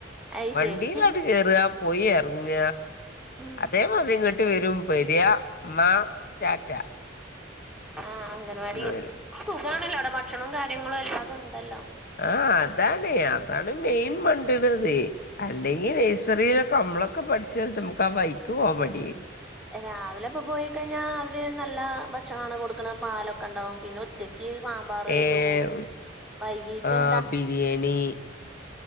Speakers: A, in the centre; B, on the left.
A: അയ്
B: വണ്ടിയിലട്ട്
A: ശരി
B: കേറാ പോയി എർങ്ങ.
A: ഉം
B: അതേമാതിരി ഇങ്ങട്ട് വരും പെരാ മാ റ്റാറ്റാ.
A: ആഹ് അംഗൻവാടി
B: വരും
A: സുഖാണല്ലോ അവ്ടെ ഭക്ഷണോംകാര്യങ്ങളും എല്ലാതും ഉണ്ടല്ലോ.
B: ആ അതാണ് അതാണ് മെയ്ൻ മണ്ട്ണത്. അല്ലെങ്കിൽ നഴ്സറിയിലൊക്കെ അമ്മളൊക്കെ പഠിച്ചാലത്ത് അമക്ക് ആ വൈക്ക് പോവാൻ മടിയെരെന്ന്.
A: രാവിലെ ഇപ്പോ പോയിക്കഴിഞ്ഞാൽ അവര് നല്ല ഭക്ഷണാണ് കൊട്ക്ക്ണ് പാലൊക്കെണ്ടാവും പിന്നെ ഉച്ചക്ക്. ക്കി സാമ്പാറ്
B: ഏഹ്
A: ചോറ് വൈകിട്ട്
B: ആഹ്
A: എന്താ?
B: ബിരിയാണി